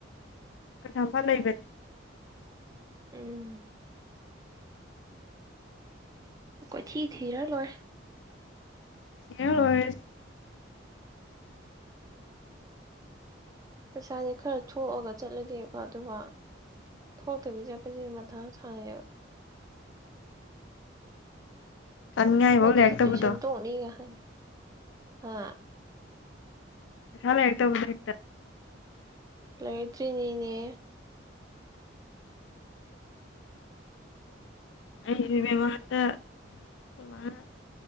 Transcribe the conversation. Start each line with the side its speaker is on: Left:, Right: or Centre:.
Left: ꯀꯩꯁꯥꯝꯄꯥꯠ ꯂꯩꯕꯅꯦ
Right: ꯎꯝ ꯀꯣꯏꯊꯤ ꯊꯤꯔ ꯂꯣꯏꯔꯦ
Left: <unintelligible>
Right: ꯄꯩꯁꯥꯁꯦ ꯈꯔ ꯊꯣꯛꯑꯒ ꯆꯠꯂꯗꯤ ꯐꯥꯗꯧꯕ ꯊꯣꯛꯇꯕꯤ ꯆꯠꯄꯁꯤꯗꯤ ꯃꯊꯥ ꯌꯥꯝ ꯁꯥꯌꯦꯕ
Left: ꯆꯥꯅꯤꯡꯉꯥꯏꯐꯥꯎ
Right: ꯑꯃꯗꯨꯗꯤ
Left: ꯂꯩꯔꯛꯇꯕꯗꯣ
Right: ꯇꯨꯏꯁꯟ ꯇꯣꯡꯅꯤꯒ ꯍꯥꯏ ꯍꯥ
Left: ꯄꯩꯁꯥ ꯂꯩꯔꯛꯇꯕ <unintelligible>
Right: ꯂꯩꯔꯛꯇꯔꯤꯅꯤꯅꯦ
Left: ꯑꯩꯁꯨ ꯏꯕꯦꯝꯃ ꯍꯟꯗꯛ ꯈꯣꯏ ꯃꯥꯅ